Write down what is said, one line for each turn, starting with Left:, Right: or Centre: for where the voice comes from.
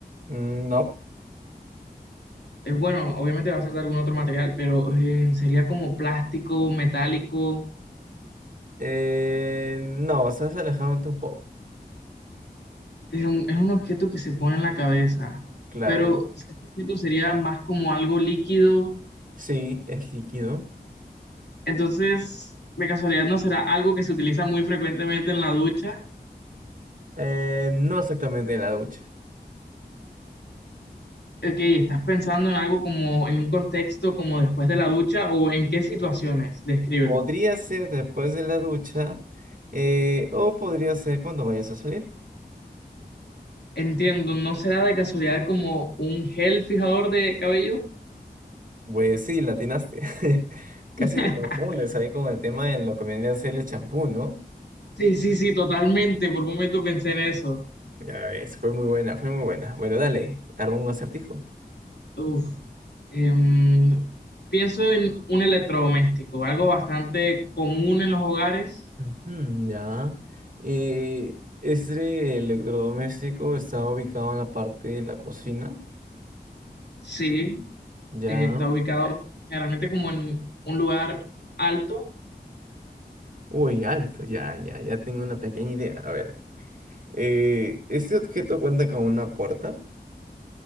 Right: Mm, No,
Left: Es bueno, obviamente va a ser de algún otro material, pero em, sería como plástico, metálico.
Right: Eh, no, estás alejándote un poco.
Left: Es un, es un objeto que se pone en la cabeza,
Right: Claro,
Left: pero si este objeto sería más como algo líquido.
Right: sí, es líquido.
Left: Entonces, de casualidad, ¿no será algo que se utiliza muy frecuentemente en la ducha?
Right: Eh, no exactamente en la ducha.
Left: Ok, ¿estás pensando en algo como en un contexto como después de la ducha o en qué situaciones? Descríbela.
Right: Podría ser después de la ducha, eh, o podría ser cuando vayas a salir.
Left: Entiendo, ¿no será de casualidad como un gel fijador de cabello?
Right: Pues sí, la atinaste. <laughs> Casi
Left: <laughs>
Right: te confundes ahí con el tema de lo que vendría a ser el champú, ¿no?
Left: Sí, sí, sí, totalmente. Por un momento pensé en eso.
Right: Ya ves, fue muy buena, fue muy buena. Bueno, dale, arma un acertijo.
Left: Uf. em, pienso en un electrodoméstico, algo bastante común en los hogares.
Right: Ujú, ya. Eh, este electrodoméstico está ubicado en la parte de la cocina.
Left: Sí,
Right: Ya.
Left: eh, está ubicado generalmente como en un lugar alto.
Right: Uy, alto, ya, ya, ya tengo una pequeña idea. A ver. Eh, ¿este objeto cuenta con una puerta?